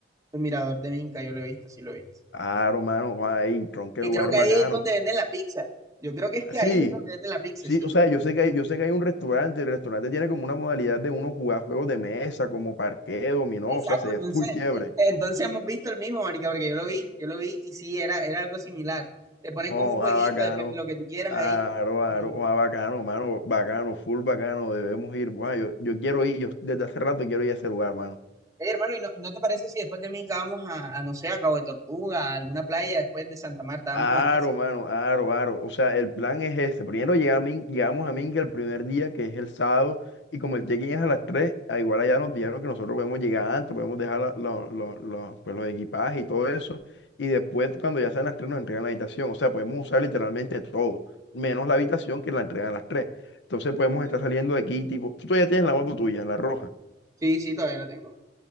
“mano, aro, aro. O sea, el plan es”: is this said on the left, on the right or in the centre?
Left